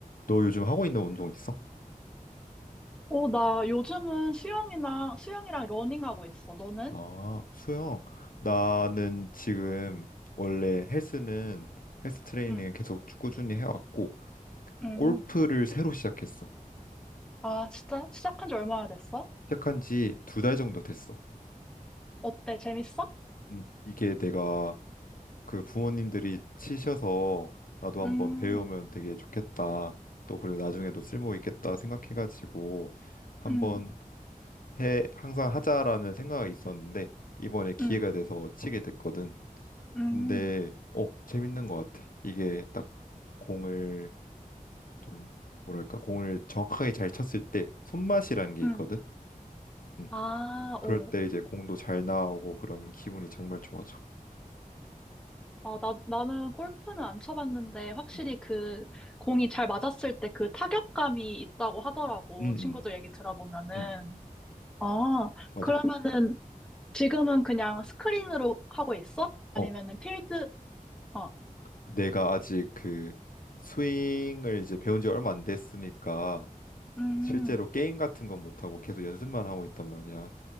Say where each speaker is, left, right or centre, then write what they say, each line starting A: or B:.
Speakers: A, on the left; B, in the centre.
A: 너 요즘 하고 있는 운동 있어?
B: 어, 나 요즘은 수영이나, 수영이랑 러닝하고 있어. 너는?
A: 아, 수영. 나는 지금 원래 헬스는 헬스 트레이닝
B: 응,
A: 계속 쭉 꾸준히 해왔고
B: 응.
A: 골프를 새로 시작했어.
B: 아, 진짜? 시작한 지 얼마나 됐어?
A: 시작한 지 두 달 정도 됐어.
B: 어때? 재밌어?
A: 음, 이게 내가 그 부모님들이 치셔서 나도 한번
B: 음,
A: 배우면 되게 좋겠다. 또 그리고 나중에도 쓸모 있겠다 생각해가지고 한번
B: 음,
A: 해 항상 하자라는 생각이 있었는데 이번에 기회가
B: 음,
A: 돼서 치게 됐거든.
B: 음,
A: 근데 어 재밌는 것 같아. 이게 딱 공을 좀 뭐랄까 공을 정확하게 잘 쳤을 때 손맛이라는 게
B: 음.
A: 있거든. 음,
B: 아,
A: 그- 그럴
B: 오.
A: 때 이제 공도 잘 나오고 그러면 기분이 정말 좋아져.
B: 아, 나, 나는 골프는 안 쳐봤는데, 확실히
A: 음,
B: 그, 공이 잘 맞았을 때 그 타격감이 있다고 하더라고.
A: 음,
B: 친구들
A: 음,
B: 얘기 들어보면은.
A: 음,
B: 아,
A: 맞아.
B: 그러면은 지금은 그냥 스크린으로 하고 있어? 아니면은
A: 어
B: 필드, 어,
A: 내가 아직 그 스윙을 이제 배운 지 얼마 안 됐으니까
B: 음,
A: 실제로 게임 같은 건 못하고 계속 연습만 하고 있단 말이야.